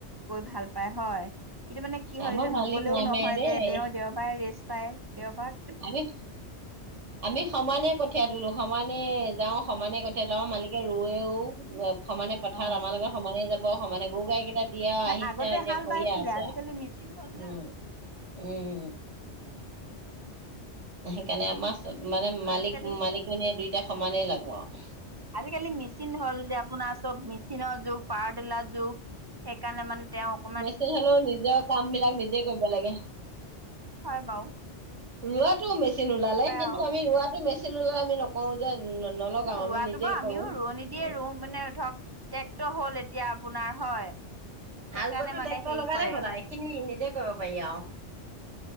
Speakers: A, on the right; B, on the right.
A: কৈ ভাল পায় হয়। এতিয়া মানে কি হল
B: আমাৰ
A: এতিয়া
B: মালিক
A: নগলেও
B: নামে
A: নহয়
B: দেই।
A: যে তেওঁ দেওবাৰে ৰেষ্ট পায় দেওবাৰত।
B: আদিত- আমি সমানে কঠীয়া তোলো সমানে যাওঁ সমানে কঠীয়া তোলো মালিকে ৰয়েও। সমানে পথাৰত
A: অ
B: আমাৰ লগত সমানে যাব সমানে গৰু গাই কেইটাত- দিয়াও
A: ন
B: আহিছে
A: আগতে
B: আৰু এতিয়া
A: হাল
B: কৰিয়ে
A: বাইছিলে
B: আছে
A: আজিকালি মেচিন হ'ল
B: উমঁ
A: না
B: উমঁ। সেইকাৰণে আমাৰ মানে মালিক
A: আজিকালি
B: মালিকনীয়ে দুইটা সমানেই লাগো আও
A: আজিকালি মেচিন হ'ল যে আপোনাৰ চব মেচিন। মেচীনৰ যুগ পাৰতেলাৰ যুগ সেইকাৰণে মানে তেওঁক-
B: মেচিন হলেওঁ নিজৰ কাম বিলাক নিজে কৰিব লাগে।
A: হয়ঁ বাওঁ।
B: ৰোৱাটো মেচিন ওলালে কিন্তু
A: আৰু
B: আমি ৰোৱাটো মেচিন- মেচিন হ'লেও আমি নকৰোঁ যে নলগাওঁ
A: মানে ৰোৱাটো
B: আমি নিজে
A: বাৰু আমিও
B: কৰো।
A: ৰোৱনী দিয়ে
B: উম,
A: ৰুম মানে ধৰক টেক্টৰ হ'ল এতিয়া আপোনাৰ হয়। সেইকাৰণে
B: হাল বোৱা টো
A: মানে
B: ট্ৰেক্টৰ
A: হেৰি
B: লগালে
A: কৰে
B: হ'ল এইখিনি নিজে কৰিব পাৰি আও।